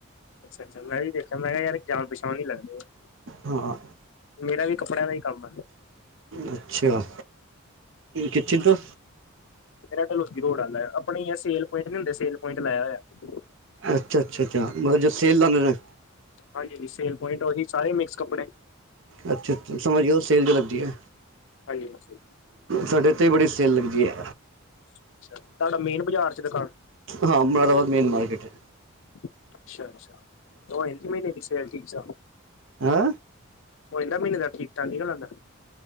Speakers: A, on the left; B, on the right.
A: ਅੱਛਾ-ਅੱਛਾ, ਮੈ ਵੀ ਦੇਖਿਆ ਮੈ ਕਿਹਾ ਯਾਰ ਜਾਣ ਪਛਾਣ ਈ ਲਗਦੇ ਆ।
B: ਹਾਂ
A: ਮੇਰਾ ਵੀ ਕੱਪੜਿਆਂ ਦਾ ਹੀ ਕੰਮ ਆ।
B: ਅਛਾ, ਕਿਚਨ ਤੋ-
A: ਮੇਰਾ ਢਲੋਜੀ ਰੋਡ ਆਦਾ, ਆਪਣੇ ਆਹ ਸੇਲ ਪੁਆਇੰਟ ਨਹੀਂ ਹੁੰਦੇ ਸੇਲ ਪੁਆਇੰਟ ਲਾਇਆ ਹੋਇਆ।
B: ਅੱਛਾ, ਅੱਛਾ, ਅੱਛਾ, ਮਤਲ ਜੋ ਸੇਲ ਲਾਦੇ ਨੇ-
A: ਹਾਂਜੀ-ਹਾਂਜੀ ਸੇਲ ਪੁਆਇੰਟ ਓਹੀ ਸਾਰੇ ਮਿਕਸ ਕੱਪੜੇਆਂ-
B: ਅੱਛਾ-ਅੱਛਾ ਸਮਝ ਗੇਆ ਓ ਸੇਲ ਜੋ ਲਗਦੀ ਐ,
A: ਹਾਂਜੀ ਅੱਛਾ
B: ਸਾਡੇ ਏ ਓਥੇ ਵੀ ਬੜੀ ਸੇਲ ਲੱਗਦੀ ਐ।
A: ਅੱਛਾ, ਤਾਡਾ ਮੇਨ ਬਾਜਾਰ ਚ ਦੁਕਾਨ-
B: ਹਾਂ ਮੁਰਾਦਾਬਾਦ ਮੇਨ ਮਾਰਕੀਟ ਹੈ
A: ਅੱਛਾ-ਅੱਛਾ, ਓ ਇਕ ਮੀਨੇ ਦੀ ਸੇਲ ਠੀਕ ਸਾ।
B: ਹੂੰ।
A: ਓਈ ਨਾ ਮੀਨੇ ਦਾ ਠੀਕ-ਠਾਕ ਨਿਕਲ ਆਂਦਾ।